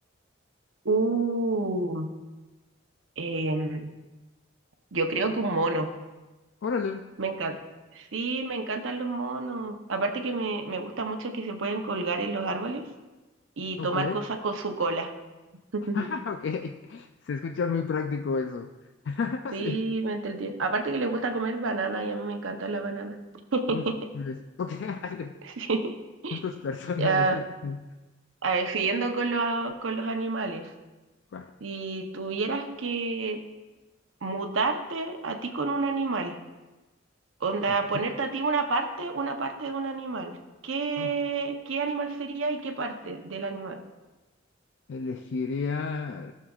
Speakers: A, on the right; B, on the left.
A: Uh, em, yo creo que un mono.
B: Órale,
A: Me encanta. Sí, me encantan los monos. Aparte que me, me gusta mucho que se pueden colgar en los árboles y
B: ok,
A: tomar cosas con su cola. <laughs>
B: <laughs> ok, se escucha muy práctico eso. <laughs>
A: Sí,
B: Sí,
A: me entretiene. Aparte que les gusta comer banana y a mí me encanta la banana. <laughs>
B: muy flexibles. Ok, <laughs>
A: Sí.
B: gustos personales.
A: Ya,
B: qué difícil.
A: a ver, siguiendo con los, con los animales.
B: Va,
A: Si tuvieras que mutarte a ti con un animal, onda,
B: ok,
A: ponerte a ti una parte, una parte de un animal, ¿qué,
B: ah,
A: qué animal sería y qué parte del animal?
B: Elegiría